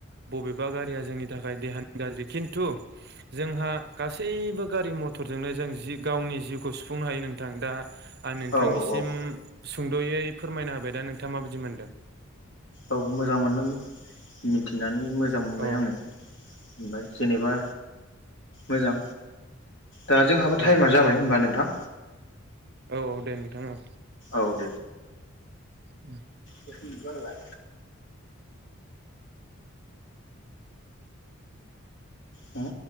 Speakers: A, on the right; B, on the left.
A: बबेबा गारिया जोंनि थाखाय देहानि गाज्रि खिन्थु जोंहा गासैबो गारि मथरजोंनो जों जि गावनि जिउखौ सुफुंनो हायो नोंथां दा आं नोंथांनिसिम
B: औ औ औ
A: सुंद'यै फोरमायना होबाय दा नों नोंथाङा माबायदि मोनदों
B: औ मोजां मोनदों मिथिनानै मोजां मोनबाय
A: अ औ
B: आङो ओमफ्राय जेनेबा मोजां दा जोंहाबो
A: औ
B: टाइमा जाबाय होनोमबा नोंथां
A: औ औ दे नोंथां औ
B: औ
A: उ
B: दगबाया हा